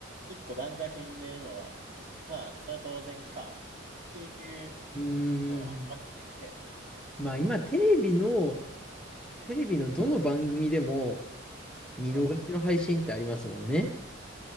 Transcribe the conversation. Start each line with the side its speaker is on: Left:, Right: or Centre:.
Right: 一個段階踏んでるのは、まあ、それは当然かっていう
Centre: うん。
Right: のはありますね。<laughs>
Centre: まあ、今、テレビの、テレビのどの番組でも見逃しの配信ってありますもんね。
Right: はい。